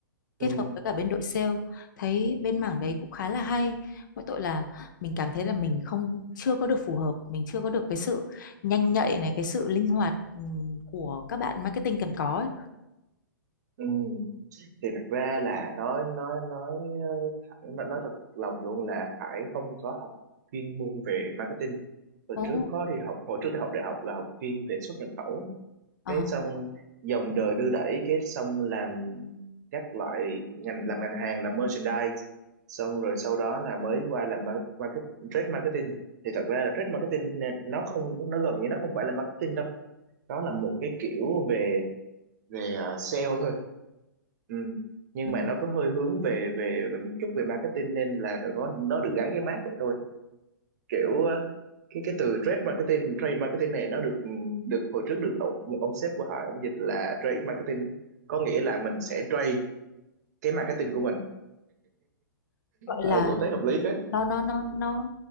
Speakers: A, on the left; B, on the right.
A: kết
B: ừ
A: hợp với cả bên đội sale thấy bên mảng đấy cũng khá là hay mỗi tội là mình cảm thấy là mình không chưa có được phù hợp mình chưa có được cái sự nhanh nhạy này cái sự linh hoạt ừm, của các bạn marketing cần có ấy.
B: ừ thì thật ra là nói nói nói ờ, thẳng nói, nói thật lòng luôn là Hải không có học chuyên môn về marketing hồi
A: Ồ.
B: trước có đi học hồi trước đi học đại học là học chuyên về xuất nhập khẩu
A: Ờ,
B: cái xong dòng đời đưa đẩy cái xong làm các loại ngành làm ngành hàng làm merchandise xong rồi sau đó là mới qua làm mar- market trade marketing thì thật ra là trade marketing nè, nó không nó gần như nó không phải là marketing đâu nó là một cái kiểu về về ờ, sale thôi ừ. nhưng
A: ừ.
B: mà nó có hơi hướng về về về một chút về marketing nên là nó nó được gắn cái mác vậy thôi kiểu cái cái từ trade marketing trade marketing này nó được được hồi trước được tổ- một ông sếp của họ ông dịch là trade marketing có nghĩa là mình sẽ trade cái marketing của mình
A: gọi
B: ừ
A: là
B: cũng thấy hợp lý phết
A: nó nó nó nó